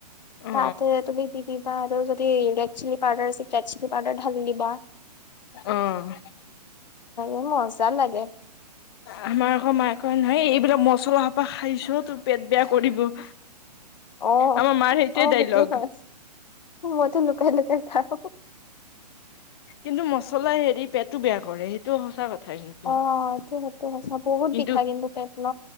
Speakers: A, on the left (about 35°); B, on the left (about 85°).
A: অ
B: তাতে তুমি দি দিবা আৰু যদি ৰেড চিলি পাউদাৰ আছে ৰেডচিলি পাউডাৰ ঢালি দিবা।
A: অ'।
B: <inaudible> মজা লাগে।
A: আমাৰ আকৌ মায়ে কয় নহয়, এইবিলাক মচলা সোপা খাইছ তোৰ পেট বেয়া কৰিব। <inaudible>
B: অ',
A: আমাৰ মাৰ সেইটোৱে
B: অ',
A: ডাইলগ
B: সেইটো হয়। মইতো লুকাই লুকাই খাওঁ।
A: কিন্তু মচলা হেৰি পেটো বেয়া কৰে, সেইটো সঁচা কথা কিন্তু।
B: অ', এইটো সেইটো সঁচা বহুত
A: কিন্তু,
B: বিষাই পেট ন?